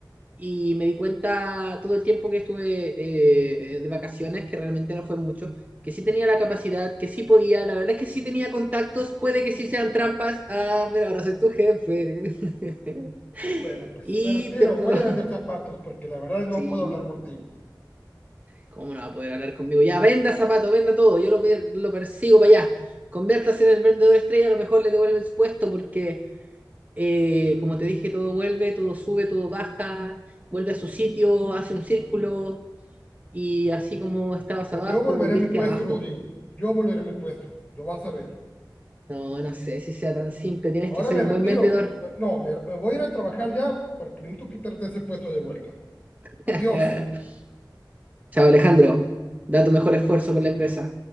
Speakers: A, on the right; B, on the left.
A: y me di cuenta todo el tiempo que estuve eh, eh, de vacaciones, que realmente no fue mucho, que sí tenía la capacidad, que sí podía, la verdad es que sí tenía contactos, puede que sí sean trampas, ah, pero ahora soy tu jefe. <laughs>
B: Bueno, pues
A: y
B: me retiro,
A: te puedo...
B: voy
A: <laughs>
B: a vender zapatos porque la verdad no
A: Sí,
B: puedo hablar contigo.
A: ¿cómo no va a poder hablar conmigo? Ya, venda zapato, venda todo, yo lo, lo persigo para allá. Conviértase en el vendedor estrella, a lo mejor le devuelven su puesto porque, eh, como te dije, todo vuelve, todo sube, todo baja, vuelve a su sitio, hace un círculo, y así como estabas
B: Pues
A: abajo,
B: yo volveré
A: volviste
B: a mi puesto,
A: abajo.
B: Rodrigo. Yo volveré a mi puesto, lo vas a ver.
A: No, no sé si sea tan simple, tienes
B: Ahora
A: que ser
B: me
A: un
B: retiro.
A: buen vendedor.
B: Me- No, me, me voy a ir a trabajar ya, pero necesito quitarte ese puesto de vuelta.
A: <laughs>
B: Adiós.
A: Chao Alejandro, da tu mejor esfuerzo por la empresa.